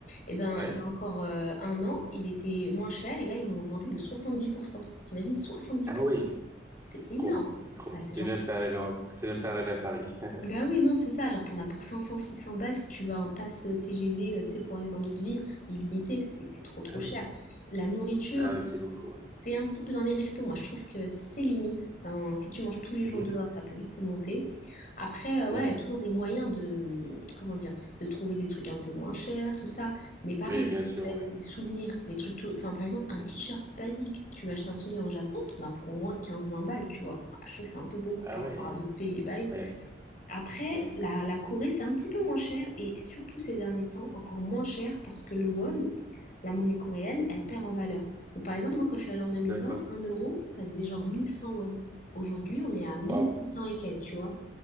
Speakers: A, on the left (about 45°); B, on the right (about 15°).
A: Et ben,
B: Ouais.
A: il y a encore euh, un an, il était moins cher et là, ils l'ont augmenté de 70%. T'imagines, 70%.
B: Ah oui. C'est
A: C'est énorme.
B: trop. C'est trop.
A: Ah,
B: C'est
A: c'est genre,
B: même pas arrivé. en- C'est même pas arrivé à Paris. <laughs>
A: bah oui, non, c'est ça. Genre, t'en as pour 500, 600 balles si tu veux un pass euh, TGV, euh, tu sais, pour aller dans d'autres villes, illimité. C'est, c'est trop, trop
B: Ah
A: cher.
B: oui.
A: La nourriture,
B: Ah oui, c'est beaucoup.
A: c'est un petit peu dans les restos. Moi,
B: Oui.
A: je trouve que c'est limite. Enfin, si tu manges tous les
B: Mhm.
A: jours dehors, ça peut vite te monter. Après, euh, voilà,
B: Mhm.
A: il y a toujours des moyens de, hum, comment dire, de trouver des trucs un peu moins chers, tout ça. Mais pareil,
B: Oui,
A: tout
B: bien
A: ce qui
B: sûr,
A: va être
B: oui.
A: les souvenirs, les trucs tout... Enfin, par exemple, un
B: Mm.
A: t-shirt basique. Tu veux acheter un souvenir au Japon, t'en as pour au moins 15-20 balles, tu vois. Ah, Je trouve que c'est un peu beaucoup
B: Ah
A: par
B: oui,
A: rapport à d'autres pays. Bah, oui.
B: ouais,
A: Après,
B: ouais
A: la,
B: c'est vrai.
A: la Corée, c'est un petit peu moins cher et surtout ces derniers temps, encore moins cher parce que le won, la monnaie coréenne, elle perd
B: Mm.
A: en valeur. Donc par exemple, moi quand je suis allée en 2020,
B: D'accord.
A: un euro, ça faisait genre 1100 won. Aujourd'hui, on est à 1600
B: Waouh.
A: et quelques, tu vois.